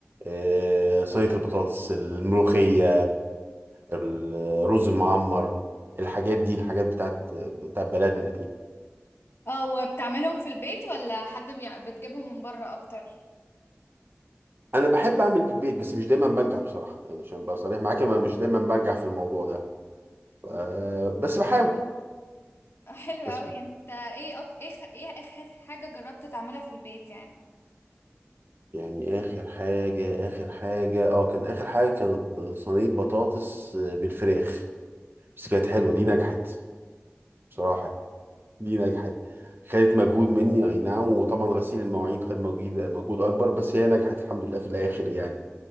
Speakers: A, on the right (about 50°); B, on the left (about 60°).
A: أه صينيه البطاطس الملوخيه الرز المعمر الحاجات دي الحاجات بتاعت بتاعت بلدنا دي
B: اه وبتعملهم في البيت ولا حد بيع... بتجيبهم من بره اكتر
A: انا بحب اعمل بالبيت بس مش دايما بنجح بصراحه يعني عشان ابقى صريح معاك انا مش دايما بنجح في الموضوع ده أه بس بحاول
B: <laughs> آه، حلو قوي
A: بس
B: انت ايه أك... ايه خ- ايه اخر حاجة جربت تعملها في البيت يعني
A: يعني اخر حاجه اخر حاجه اه كان اخر حاجه كانت ب- صينيه بطاطس آه، بالفراخ بس كانت حلوه دي نجحت بصراحه دي نجحت خدت مجهود مني اي نعم وطبعا غسيل المواعين خد مجهود مجهود اكبر بس هي نجحت الحمد لله في الاخر يعني